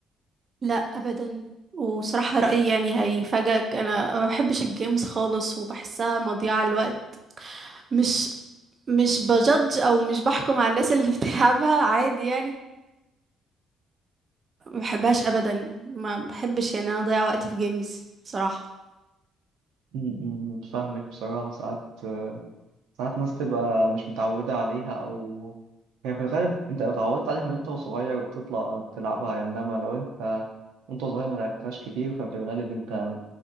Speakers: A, on the right (about 40°); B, on the right (about 80°).
A: لا ابدا وصراحة رأيي يعني هيفاجئك انا ما بحبش الجيمز خالص وبحسها مضيعة للوقت مش مش بجدج او مش بحكم على الناس اللي <laughs> بتلعبها عادي يعني ما بحبهاش ابدا ما بحبش يعني انا اضيع وقتي في جيمز صراحة
B: م- م، فاهمك بصراحة ساعات آه، ساعات ناس تبقى مش متعودة عليها أو يعني في الغالب أنت لو اتعودت عليها من أنت وصغير بتطلع بتلعبها يعني إنما لو أنت وأنت صغير ما لعبتهاش كتير ففي الغالب أنت